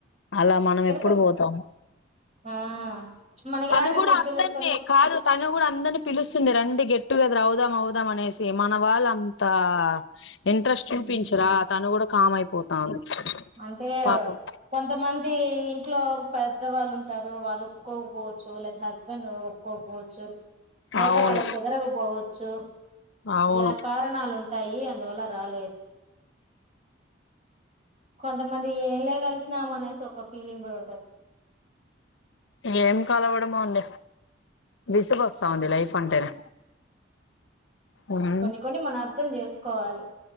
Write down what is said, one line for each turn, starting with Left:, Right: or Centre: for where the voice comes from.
Left: అలా మనం
Right: తిరుపతి
Left: ఎప్పుడు పోతామో.
Right: ఆ మనకి
Left: తను
Right: యాడండి
Left: కూడా
Right: ఈ
Left: అందరినీ
Right: పిల్లలతోనే స్-
Left: కాదు తను కూడా అందరినీ పిలుస్తుంది రండి గెట్టుగెదర్ అవుదు. అవుదాం అనేసి. మన వాళ్ళు అంతా. ఇంట్రెస్ట్ చూపించరా
Right: ఉమ్,
Left: తను కూడా. కామ్ అయిపోతాంది
Right: అంటే
Left: పాపం
Right: కొంతమంది ఇంట్లో. పెద్దవాళ్ళు ఉంటారు వాళ్ళు. ఒప్పుకోపోచ్చు లేదా హస్బెండ్. కోబోచ్చు. అయితే
Left: అవును
Right: వాళ్ళకి కుదరకబోవ చ్చు
Left: అవును
Right: ఇలా కారణాలు ఉంట. సాయి అందువల్ల రాలేదు. కొంతమంది ఎలా కలిసినాము అనేసి ఒక ఫీలింగ్ కూడా ఉంటది.
Left: ఏం కలవడమో అండి విసుగు వస్తావుంది లైఫ్ అంటేనే. ఉమ్
Right: కొన్ని కొన్ని మన అర్థం చేసుకోవాలి.